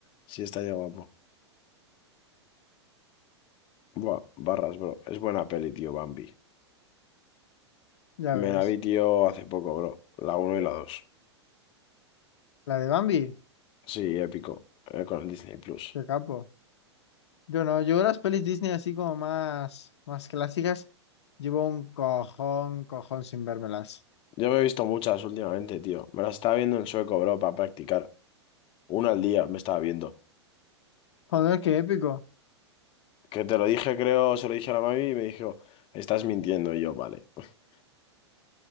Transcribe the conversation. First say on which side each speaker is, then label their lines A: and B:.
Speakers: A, on the left (about 35°); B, on the left (about 65°).
A: Sí, estaría guapo. Buah, barras, bro. Es buena peli, tío, Bambi.
B: Ya
A: Me
B: ves.
A: la vi, tío, hace poco, bro. La uno y la dos,
B: La de Bambi,
A: Sí, épico. eh, con el Disney Plus.
B: qué capo. Yo no, yo las pelis Disney así como más, más clásicas, llevo un cojón, cojón sin vérmelas.
A: Yo me he visto muchas últimamente, tío. Me las estaba viendo en sueco, bro, para practicar. Una al día me estaba viendo.
B: Joder, qué épico.
A: Que te lo dije, creo, se lo dije a la mami y me dijo, estás mintiendo. Y yo, vale. <laughs>